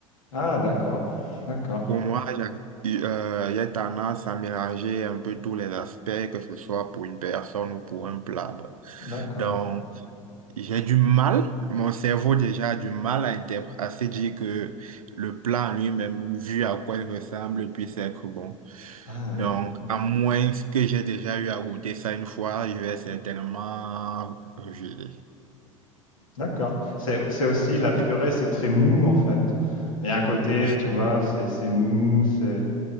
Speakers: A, on the left; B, on the right.
A: Ah d'accord, d'accord,
B: Pour moi, y a euh, il tendance à mélanger un peu tous les aspects, que ce soit pour une personne ou pour un plat. bah.
A: d'accord.
B: Donc, j'ai du mal, mon cerveau déjà a du mal à, interpr- à se dire que le plat en lui-même, vu à quoi il ressemble, puisse être bon.
A: Ah
B: Donc,
A: oui.
B: à moins que j'ai déjà eu à goûter ça une fois, je vais certainement rejeter.
A: D'accord. C'est c'est aussi
B: Ok.
A: la purée, c'est très mou en fait. Il y a un côté,
B: Juste-
A: tu vois, c'est c'est mou, c'est